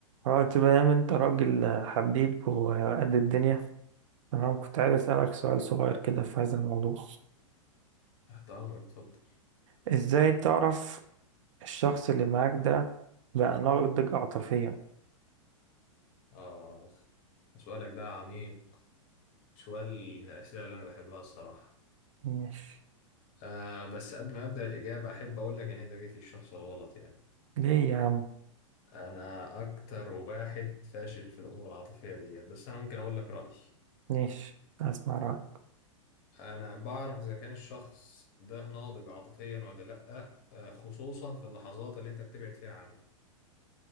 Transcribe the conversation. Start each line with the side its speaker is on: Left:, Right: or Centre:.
Right: اه تمام انت راجل حبيب وقد الدنيا تمام كنت عايز اسألك سؤال صغير كده في هذا الموضوع
Left: تحت أمرك اتفضل
Right: ازاي تعرف الشخص اللي معاك ده بقى ناضج عاطفيا
Left: آخ سؤالك ده عميق سؤال من الأسئلة اللي أنا بحبها الصراحة
Right: مش
Left: آه بس قبل ما أبدأ الإجابة أحب أقول لك إن أنت جيت للشخص الغلط يعني
Right: ليه يا عم
Left: أنا أكتر واحد فاشل في الأمور العاطفية ديت بس أنا ممكن أقول لك رأيي
Right: مش اسمع رأيك
Left: أنا بعرف إذا كان الشخص ده ناضج عاطفيا ولا لأ آه خصوصا في اللحظات اللي أنت بتبعد فيها عنه